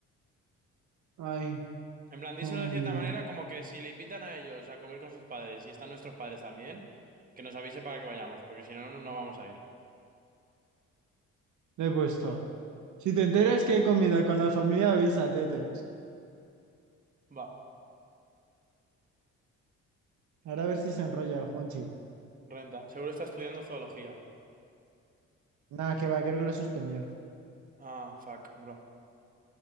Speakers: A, on the right (about 75°); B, on the right (about 30°).
A: Ay,
B: En plan, díselo
A: comida.
B: de cierta manera como que si le invitan a ellos a comer con sus padres y están nuestros padres también, que nos avise para que vayamos, porque si no, no, no vamos a ir.
A: Le he puesto. Si te enteras que hay comida con la familia, avisa, tete.
B: Va,
A: Ahora a ver si se enrolla el Juanchi.
B: renta. Seguro está estudiando zoología.
A: Nada, que va, creo que lo suspendió.
B: Ah, fuck, bro.